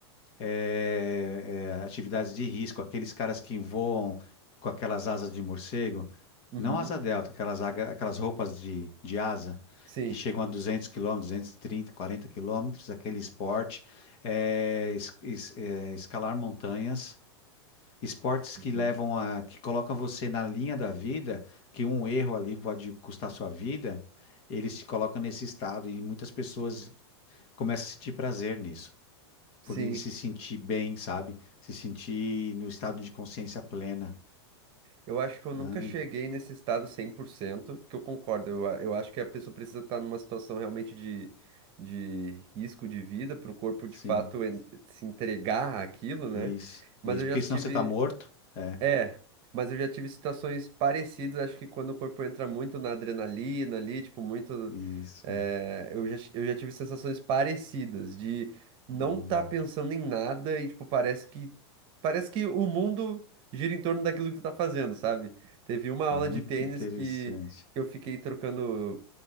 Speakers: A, on the left; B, on the right.
A: é, é, atividades de risco, aqueles caras que voam com aquelas asas de morcego,
B: Uhum,
A: não asa delta, aquelas, aga- aquelas roupas de, de asa
B: Sim.
A: que chegam a 200 quilômetros, 230, 40 quilômetros, aquele esporte, é, es- es- é, escalar montanhas, esportes
B: Uhum,
A: que levam a, que colocam você na linha da vida, que um erro ali pode custar sua vida, eles te colocam nesse estado e muitas pessoas começam a sentir prazer nisso.
B: Sim.
A: Porque se sentir bem, sabe? Se sentir no estado de consciência plena.
B: Eu acho que eu nunca
A: Ai,
B: cheguei nesse estado 100%, porque eu concordo, eu, a- eu acho que a pessoa precisa estar numa situação realmente de, de risco de vida para o corpo de
A: sim,
B: fato en- se entregar àquilo, né?
A: isso,
B: Mas
A: isso.
B: eu
A: Porque
B: já tive,
A: senão você tá morto. É,
B: é, mas eu já tive situações parecidas, acho que quando o corpo entra muito na adrenalina ali, tipo, muito.
A: isso.
B: eh, eu já, eu já tive sensações parecidas de não
A: Hum,
B: estar pensando em nada e, tipo, parece que. Parece que o mundo gira em torno daquilo que tu tá fazendo, sabe? Teve uma aula
A: muito
B: de tênis
A: interessante.
B: que, que eu fiquei trocando.